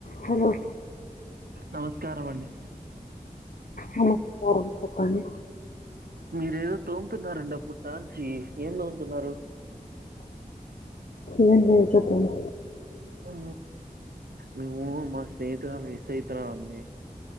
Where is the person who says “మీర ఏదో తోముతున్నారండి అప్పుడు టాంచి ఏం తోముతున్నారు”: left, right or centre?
Right